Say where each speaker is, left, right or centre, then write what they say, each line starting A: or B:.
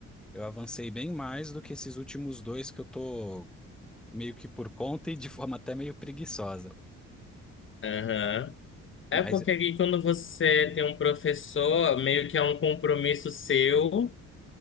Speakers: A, in the centre; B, on the left.
A: eu avancei bem mais do que esses últimos dois que eu tô meio que por conta e de forma até meio preguiçosa.
B: Aham. É
A: Mas
B: porque aqui quando você tem um professor, meio que é um compromisso seu